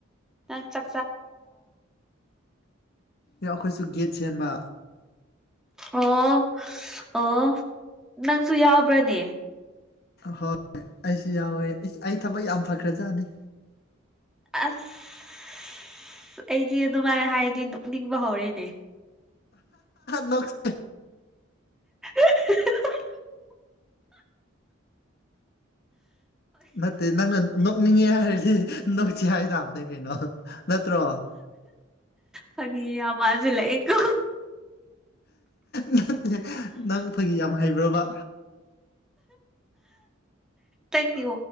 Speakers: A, in the centre; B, on the left.
A: ꯅꯪ ꯆ
B: ꯑꯩꯈꯣꯏꯁꯨ ꯒꯦꯠ ꯁꯦꯝꯕ
A: ꯑꯣ ꯑꯣ ꯅꯪꯁꯨ ꯌꯥꯎꯕ꯭ꯔꯅꯦ
B: ꯍꯣꯏꯣꯏ ꯑꯩꯁꯨ ꯌꯥꯎꯋꯦ ꯑꯩ ꯊꯕꯛ ꯌꯥꯝ ꯐꯈ꯭ꯔꯖꯥꯠꯅꯤ
A: ꯑꯁ ꯑꯩꯗꯤ ꯑꯗꯨꯃꯥꯏꯅ ꯍꯥꯏꯗꯤ ꯅꯤꯡꯕ ꯍꯧꯔꯦꯅꯦ
B: ꯅꯁꯦ
A: <unintelligible>
B: ꯅꯦ ꯅꯪꯅ ꯀꯛꯅꯤꯡꯉꯦ ꯍꯥꯏꯔꯗꯤ ꯅꯣꯛꯁꯤꯦ ꯍꯥꯏ ꯇꯥꯕꯅꯦ ꯀꯩꯅꯣ ꯅꯠꯇ꯭ꯔꯣ
A: ꯐꯒꯤ ꯑꯋꯥꯖ ꯂꯩꯀ
B: ꯅꯠꯇꯦ ꯅꯪ ꯐꯒꯤ ꯌꯥꯝ ꯍꯩꯕ꯭ꯔꯕ
A: ꯅꯪꯒꯤ